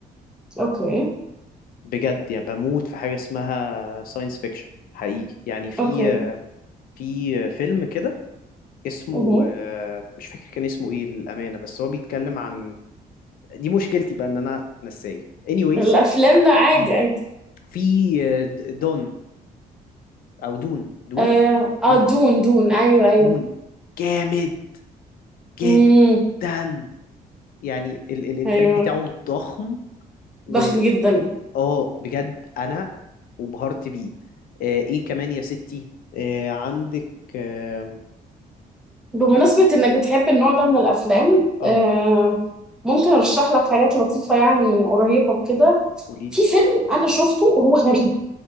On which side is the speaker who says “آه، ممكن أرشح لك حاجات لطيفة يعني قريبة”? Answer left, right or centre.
Centre